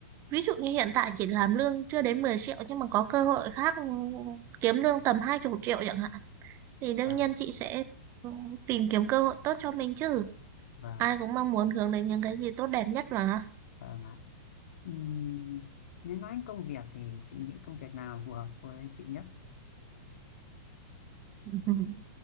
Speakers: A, on the right; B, on the left.
A: ví dụ như hiện tại chị làm lương chưa đến 10 triệu nhưng mà có cơ hội khác ừ, kiếm lương tầm 20 triệu chẳng hạn thì đương
B: Vâng
A: nhiên chị sẽ ừ, tìm kiếm cơ hội tốt cho mình chứ
B: Vâng,
A: ai cũng mong muốn hướng đến những cái gì tốt đẹp nhất mà
B: vâng ạ. Ừm, nếu nói đến công việc thì chị nghĩ công việc nào phù hợp với chị nhất?
A: <laughs>